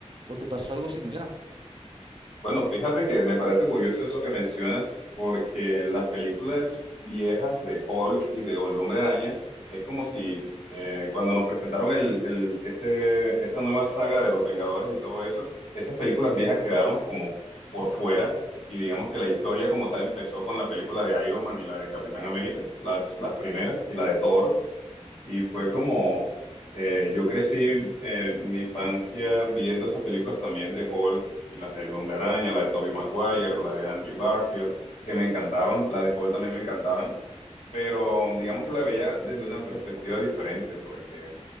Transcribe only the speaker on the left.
Bueno, fíjate que me parece curioso eso que mencionas, porque en las películas viejas de Hulk y de El Hombre Araña, es como si eh, cuando nos presentaron el, el- este, esta nueva saga de Los Vengadores y todo eso, esas películas viejas quedaron como por fuera, y digamos que la historia como tal empezó con la película de Iron Man y la de Capitán América, las, las primeras, y la de Thor, y fue como, eh, yo crecí eh, mi infancia viendo esas películas también de Hulk y las del Hombre Araña, la de Tobey Maguire, la de Andrew Garfield, que me encantaban, la de Hulk también me encantaban, pero digamos que la veía desde una perspectiva diferente, porque